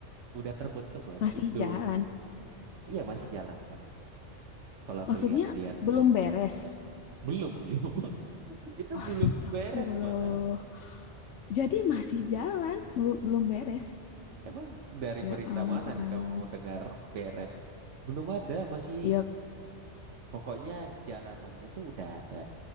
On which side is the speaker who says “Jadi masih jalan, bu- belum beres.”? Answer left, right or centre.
Left